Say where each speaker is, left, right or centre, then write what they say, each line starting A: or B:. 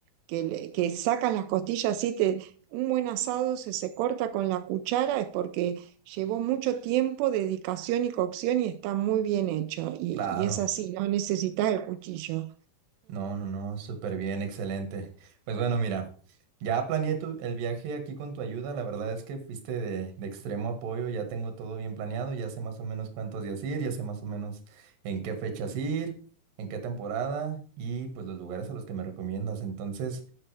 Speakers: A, on the right; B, on the right.
A: que, le- que sacan las costillas así, te, un buen asado se se corta con la cuchara es porque llevó mucho tiempo, dedicación y cocción y está muy bien hecho. Y,
B: claro.
A: y es así, no necesitas el cuchillo.
B: No, no, no, súper bien, excelente. Pues bueno, mira, ya planeé tu- el viaje aquí con tu ayuda. La verdad es que fuiste de, de extremo apoyo, ya tengo todo bien planeado, ya sé más o menos cuántos días ir, ya sé más o menos en qué fechas ir, en qué temporada y pues los lugares a los que me recomiendas. Entonces,